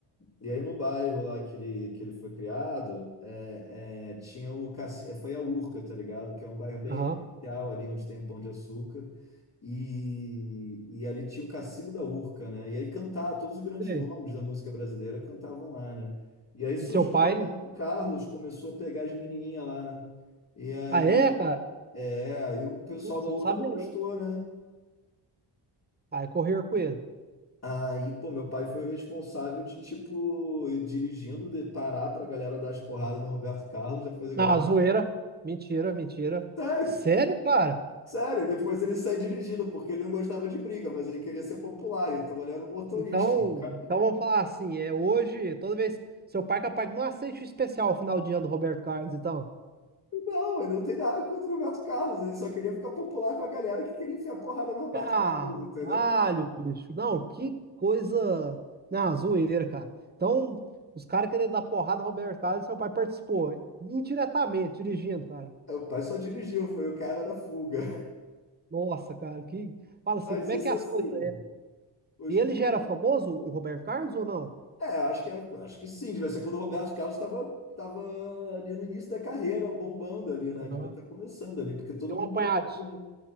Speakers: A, on the left (about 35°); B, on the right (about 20°).
A: e aí no bairro lá que ele, que ele foi criado, é, é, tinha o caci... é, foi a Urca, tá ligado? Que é um bairro bem
B: aham,
A: especial ali, onde tem Pão de Açúcar. E, e ali tinha o Cassino da Urca, né? E aí cantava, todos os grandes
B: sei.
A: nomes da música brasileira cantavam lá, né? E aí surgiu
B: E seu pai?
A: o Roberto Carlos, começou a pegar as menininhas lá, né? E aí,
B: Ah, é, cara?
A: é, aí o pessoal
B: Nossa,
A: da Urca
B: não sabia
A: não gostou,
B: não.
A: né?
B: Aí correr com ele.
A: Aí, pô, meu pai foi o responsável de, tipo, ir dirigindo, de parar pra galera dar as porradas no Roberto Carlos, depois a galera...
B: Não, zoeira. Mentira, mentira.
A: Sério,
B: Sério, cara?
A: sério, depois ele sai dirigindo, porque ele não gostava de briga, mas ele queria ser popular, então ele era um motorista.
B: Então,
A: <laughs> O cara,
B: então vamos falar assim, é hoje, toda vez. Seu pai é capaz que não aceite o especial final de ano do Roberto Carlos, então.
A: Não, ele não tem nada contra o Roberto Carlos, ele só queria ficar popular com a galera que queria enfiar porrada no Roberto
B: Caralho,
A: Carlos, entendeu?
B: bicho. Não, que coisa. Não, zoeira, cara. Então, os caras querendo dar porrada no Roberto Carlos, seu pai participou indiretamente, dirigindo, cara.
A: Meu pai só dirigiu, foi o cara da fuga.
B: Nossa, cara, que.
A: <laughs>
B: Fala assim,
A: Mas
B: como
A: isso
B: é que é as
A: assim,
B: coisas.
A: hoje
B: E ele
A: em dia
B: já era famoso, o Roberto Carlos, ou não?
A: É, acho que era, acho que sim, devia ser quando o Roberto Carlos estava estava ali no início da carreira, bombando ali, né?
B: Aham.
A: Devia estar começando ali, porque todo
B: Deu
A: mundo
B: uma apanhadinha.
A: tocava, né?